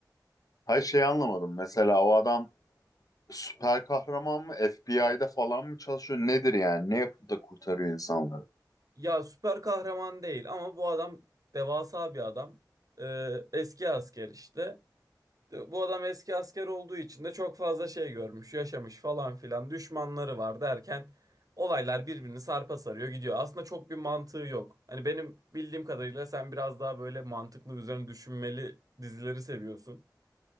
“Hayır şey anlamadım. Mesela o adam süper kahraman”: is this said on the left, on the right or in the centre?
Left